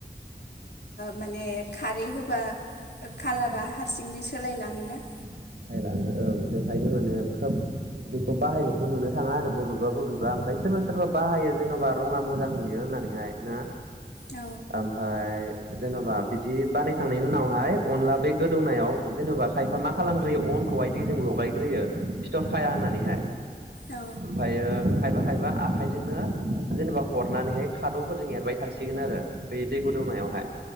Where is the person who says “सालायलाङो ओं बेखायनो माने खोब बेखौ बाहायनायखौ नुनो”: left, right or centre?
Right